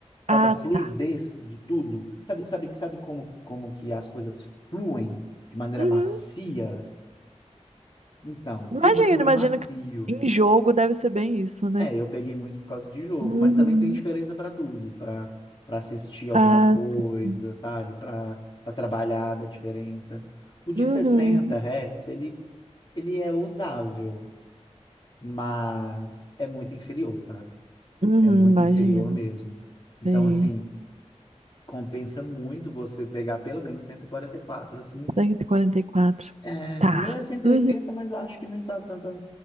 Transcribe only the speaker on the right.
Ah,
tá.
Uhum.
Imagino,
imagino
que em jogo deve ser bem isso, né?
Uhum.
Ah,
sim.
Uhum.
Uhum,
imagino.
Sei.
144.
Tá.
Uhum.